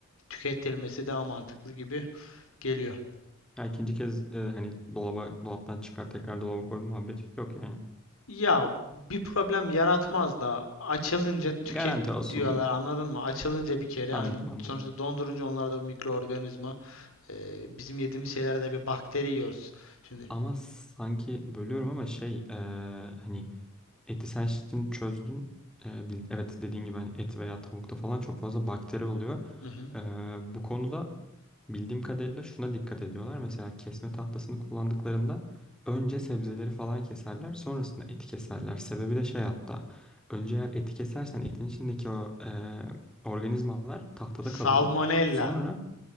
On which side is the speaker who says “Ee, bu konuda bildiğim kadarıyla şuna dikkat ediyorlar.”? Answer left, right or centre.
Centre